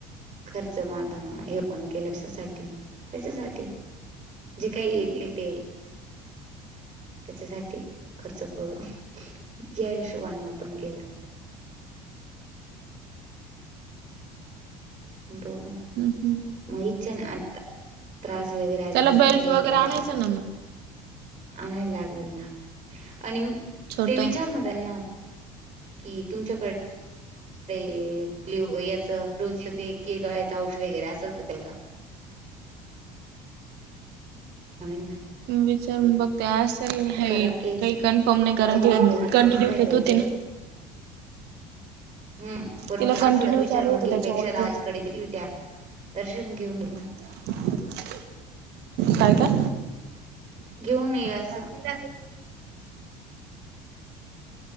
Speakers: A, on the right; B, on the right.
A: खर्च मग आता, हे पण केलं कशासाठी त्याच्यासाठी. जे काही येतील ते तेच्यासाठी खर्च. हो, जा हिशोबाने ओपन केलं. बघु.
B: हम् हम्.
A: मग इच्छा नाही आता त्रास वगैरे अजिबात
B: त्याला बेल्ट
A: पण
B: वगैरे
A: नाही काही
B: आणायचा
A: त्याचा.
B: ना मग
A: आणायला लागेल ना आणि
B: छोटा.
A: ते विचारणार त्यांना कि तुमच्याकडे ते त्लियो याच रोजलं ते <unintelligible> औष वगैरे असेच ते देयाल का? आम्ही ना.
B: विचारून बघते असेल हे
A: कारण केस
B: काही, कन्फर्म नाही कारण की
A: वगैरे
B: कंटिन्यू देत
A: त्याचे
B: होती ना.
A: हम्म पण
B: तिला कंटिन्यू
A: असं तर विचार
B: चालू होत
A: मग गीर
B: त्याच्यामुळे
A: पेक्षा राजकडे
B: ते
A: दे. तित्या दर्शन घेऊन येईल ना.
B: <inaudible> काय काय,
A: घेऊन येगाच
B: <unintelligible>